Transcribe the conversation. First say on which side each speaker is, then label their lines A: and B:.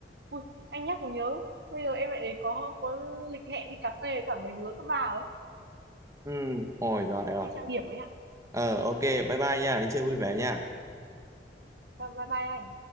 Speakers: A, on the right; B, on the right.
A: ui anh nhắc mới nhớ bây giờ em lại đến có có lịch hẹn đi cà phê với cả mấy đứa cấp ba ấy
B: Ừ, ôi giời
A: đấy
B: ơi.
A: phải đi trang điểm ấy ạ
B: Ờ ok, bye bye nha, đi chơi vui vẻ nha.
A: bye bye bye anh